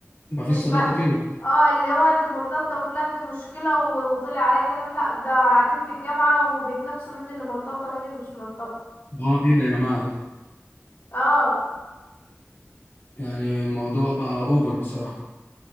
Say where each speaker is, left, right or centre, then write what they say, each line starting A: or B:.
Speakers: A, on the left; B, on the left.
A: مفيش
B: الب...
A: صداقه كده
B: اه اللي هو انت مرتبطه وفلان دي مشكله و... وطلع عليا كلام لا ده قاعدين في الجامعه وبيتنافسوا مين اللي مرتبطه ومين اللي مش مرتبطه
A: اه ايه ده يا جماعه ده
B: اه
A: يعني الموضوع بقى اوفر بصراحه